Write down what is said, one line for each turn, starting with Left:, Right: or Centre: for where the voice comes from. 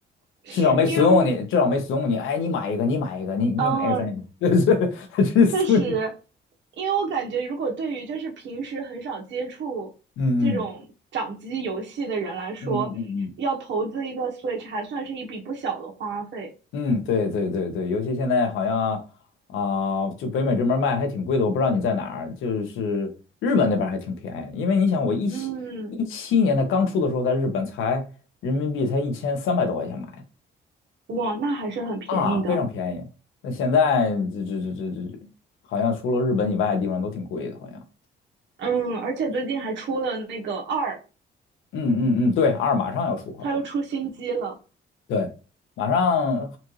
Right: <laughs>
Left: 至少没怂恿你，
Right: 因为我，
Left: 至少没怂恿你。哎，你买一个，你买一个，你你买一个，
Right: 嗯，
Left: 咱也 <laughs> 这对这是怂送你。
Right: 确实，因为我感觉，如果对于就是平时很少接触这种掌机游戏的人来说，
Left: 嗯嗯嗯嗯嗯
Right: 要投资一个 Switch 还算是一笔不小的花费。
Left: 嗯，嗯，对对对对，尤其现在好像啊、就北美这边儿卖还挺贵的，我不知道你在哪儿，就是日本那边儿还挺便宜，因为你想，我一七一七年它刚出的时候，
Right: 嗯，
Left: 在日本才人民币才一千三百多块钱买
Right: 哇，那还是很便宜的。
Left: 的啊，非常便宜。那现在这这这这这，好像除了日本以外的地方都挺贵的，好像。
Right: 嗯，而且最近还出了那个二，
Left: 嗯嗯嗯，对，二马上要出，好像
Right: 它又出新机了。
Left: 对，马上